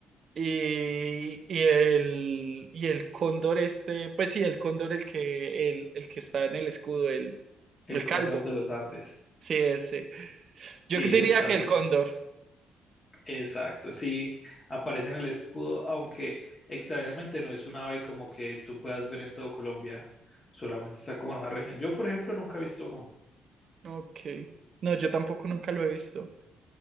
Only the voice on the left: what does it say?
El
cóndor
de los Andes.
Sí,
estás,
Exacto, sí, aparece en el escudo, aunque extrañamente no es un ave como que tú puedas ver en todo Colombia, solamente está como en una región. Yo, por ejemplo, nunca he visto uno.